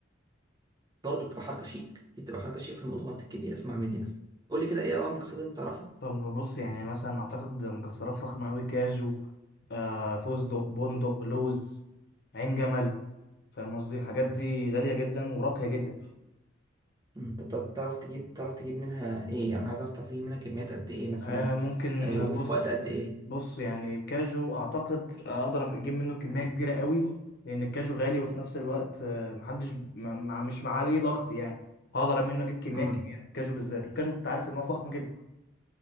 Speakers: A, on the right (about 20°); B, on the left (about 55°).
A: برضه بتبقى حركة شيك دي بتبقى حركة شيك في المؤتمرات الكبيرة اسمع مني بس قول لي كده ايه انواع المكسرات اللي انت تعرفها
B: طب بص يعني مثلا اعتقد مكسرات فخمه قوي كاجو آه فستق بندق لوز عين جمل فاهم قصدي الحاجات
A: امم
B: دي غاليه جدا وراقيه جدا
A: انت بتع- بتعرف تعرف تجيب تعرف تجيب منها ايه يعني عايز اعرف تعرف تجيب منها كميات قد ايه مثلا
B: آه ممكن
A: آه، وفي
B: بص
A: وقت قد ايه
B: بص يعني الكاجو اعتقد آه، اقدر اجيب منه كميه كبيره قوي لان الكاجو غالي وفي نفس الوقت آه، محدش ما ما- مش عليه ضغط يعني هقدر منه اجيب كميات
A: مم.
B: كبيره الكاجو بالذات الكاجو انت عارف ان هو فخم جدا